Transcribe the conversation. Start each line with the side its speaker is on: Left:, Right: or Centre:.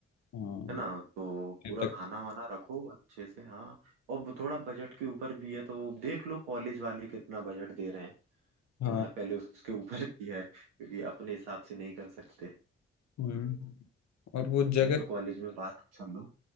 Left: हाँ
Right: है ना तो पूरा
Left: तक
Right: खाना वाना रखो अच्छे से हाँ और वो थोड़ा बजट के ऊपर भी है तो देख लो कॉलेज वाले कितना बजट दे रहे हैं
Left: हाँ
Right: है ना पहले उसके ऊपर भी है क्योंकि अपने हिसाब से नहीं कर सकते
Left: हम्म। और वो
Right: पहले
Left: जगह
Right: तो कॉलेज में बात कर लो